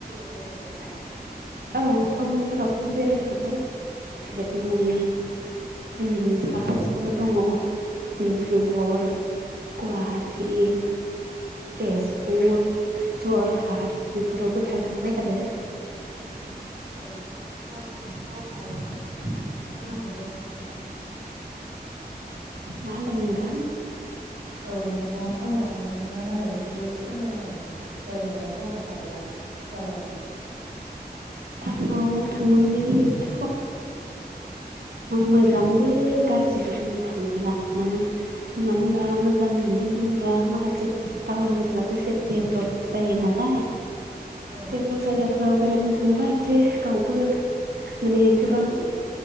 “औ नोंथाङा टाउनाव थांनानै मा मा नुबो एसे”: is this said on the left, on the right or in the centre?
Right